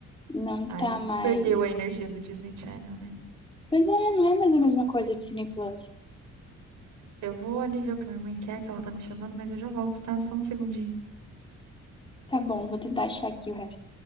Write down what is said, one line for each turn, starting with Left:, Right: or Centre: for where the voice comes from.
Left: Não
Right: Aí
Left: tá mais.
Right: perdeu a energia do Disney Channel, né?
Left: Pois é, não é mais a mesma coisa de Cine Plus.
Right: Eu vou ali ver o que minha mãe quer, que ela tá me chamando, mas eu já volto, tá? Só um segundinho.
Left: Tá bom, vou tentar achar aqui o resto.